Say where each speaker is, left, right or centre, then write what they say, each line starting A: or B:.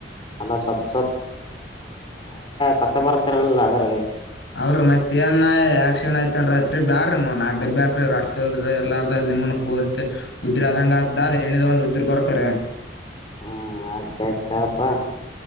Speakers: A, on the left; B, on the left.
A: ಅಲ್ಲ ಸ್ವಲ್ಪ್ ಕಷ್ಟ ಬರ್ತಾರಲ್ಲ ಅದ್ರಾಗಗೆ.
B: ಅಲ್ರಿ ಮತ್ತತ್ ಏನ್ ಆಕ್ಕ್ಷಿನ್ ಆಯಐತೇನ್ರಿಯತ್ರಿ ಬೇ್ರಿ ನಾಕ್ ಡಬ್ಬೆ ಆ. ರಲ್ ಎ ನಿಮ ಫೋರ್ ಉದ್ರ ಆದದಂಗ ಅ ಎಣ್ಣದ ಒಂದ್ ಉದ್ರ ಬರ್ಕ್ರ.
A: ಹಾ ಆಯ್ತ ಆಯ್ತಪ್ಪಾ.